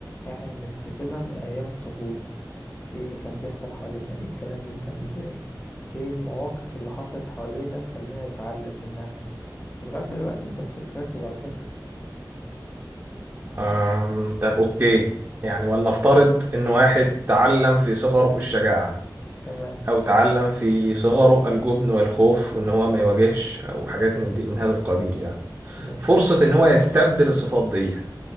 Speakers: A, on the left; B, on the right.
A: احنا بنكتسبها من ايام الطفولة ايه اللي كان بيحصل حوالينا ايه الكلام اللي كان بيتقال ايه المواقف اللي حصلت حوالينا تخلينا نتعلم منها ولغاية دلوقتي انت بتكتسب على فكرة
B: أم، طب اوكي يعني ولنفترض ان واحد تعلم في صغره الشجاعة
A: تمام
B: او تعلم في صغره الجبن والخوف وان هو ما يواجهش او حاجات من دي من هذا القبيل يعني
A: ماشي
B: فرصة ان هو يستبدل الصفات دي